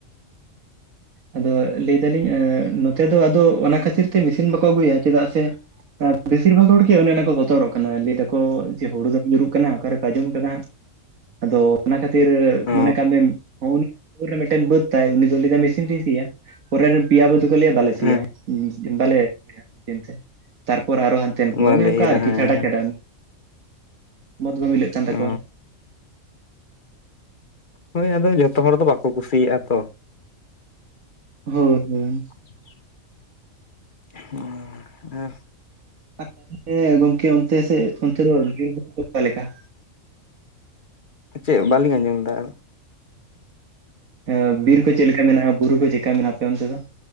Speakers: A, on the right; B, on the left.
A: ᱟᱫᱚ ᱞᱟᱹᱭ ᱫᱟᱞᱤᱧ ᱱᱚᱛᱮ ᱫᱚ ᱟᱫᱚ ᱚᱱᱟ ᱠᱷᱟᱹᱛᱤᱨ ᱛᱮ ᱢᱤᱥᱤᱱ ᱵᱟᱠᱚ ᱟᱹᱜᱩᱭᱟ ᱪᱮᱫᱟᱜ ᱥᱮ ᱵᱤᱥᱤᱨ ᱵᱷᱟᱜ ᱦᱚᱲ ᱜᱮ ᱚᱱᱮ ᱚᱱᱟ ᱠᱚ ᱵᱚᱛᱚᱨᱚᱜ ᱚᱱᱟ ᱞᱟᱹᱭ ᱫᱟᱠᱚ ᱡᱮ ᱦᱳᱲᱩ ᱫᱚᱢ ᱧᱩᱨᱩᱜ ᱠᱟᱱᱟ ᱚᱠᱟᱨᱮᱠᱚ ᱟᱸᱡᱚᱢ ᱟᱠᱟᱫᱟ ᱦᱟᱸᱜ ᱟᱫᱚ ᱚᱱᱟ ᱠᱷᱟᱹᱛᱤᱨ
B: ᱚ
A: ᱢᱚᱱᱮ ᱠᱟᱜ ᱢᱮᱢ ᱱᱩᱜ ᱱᱩᱠᱩᱨ ᱢᱤᱫᱴᱟᱹᱱ ᱨᱮ ᱵᱟᱹᱫ ᱛᱟᱭ ᱩᱱᱤ ᱫᱚᱭ ᱞᱟᱹᱭ ᱮᱫᱟ ᱢᱤᱥᱤᱱ ᱛᱤᱧ ᱥᱤᱭᱟ ᱯᱚᱨᱮ ᱨᱮᱢ ᱯᱮᱭᱟ ᱵᱟᱹᱫᱽ ᱦᱚᱸᱠᱚ ᱞᱟᱹᱭᱼᱟ ᱵᱟᱞᱮ ᱥᱤ
B: ᱦᱮᱸ
A: ᱭᱟᱭ, ᱩᱸ ᱵᱟᱞᱮ <unintelligible> ᱮᱱᱛᱮ᱾ ᱛᱟᱨᱯᱚᱨ ᱟᱨᱚ ᱦᱟᱱᱛᱮᱱ ᱠᱚ
B: ᱵᱟᱞᱮ
A: ᱚᱱᱮ ᱚᱝᱠᱟ
B: ᱤᱨᱟ
A: ᱟᱨᱠᱤ
B: ᱦᱮᱸ
A: ᱪᱷᱟᱰᱟ ᱪᱷᱟᱰᱟᱱ᱾ ᱢᱚᱸᱫᱽ ᱵᱟᱝ ᱢᱤᱞᱟᱹᱜ ᱠᱟᱱ ᱛᱟᱠᱚᱣᱟ᱾
B: ᱚ ᱦᱳᱭ ᱟᱫᱚ ᱡᱚᱛᱚ ᱦᱚᱲ ᱫᱚ ᱵᱟᱠᱚ ᱠᱩᱥᱤᱭᱟᱜᱼᱟ ᱛᱚ᱾
A: ᱦᱳᱫᱽ ᱦᱳᱭ᱾
B: <inaudible> ᱦᱩᱸ ᱦᱮᱸ᱾
A: ᱟᱨ ᱛᱟ <unintelligible> ᱜᱚᱝᱠᱮ ᱚᱱᱛᱮ ᱥᱮᱜ ᱚᱱᱛᱮ ᱫᱚ <unintelligible> ᱚᱠᱟ ᱞᱮᱠᱟ?
B: ᱪᱮᱜ ᱵᱟᱹᱞᱤᱧ ᱟᱸᱡᱚᱢ ᱞᱮᱫᱟ ᱟᱨ?
A: ᱦᱮᱸ ᱵᱤᱨ ᱠᱚ ᱪᱮᱫ ᱞᱮᱠᱟ ᱢᱮᱱᱟᱜᱼᱟ ᱵᱩᱨᱩ ᱠᱚ ᱪᱮᱜ ᱠᱟ ᱢᱮᱱᱟᱜᱼᱟ, ᱟᱯᱮ ᱚᱱᱛᱮ ᱫᱚ?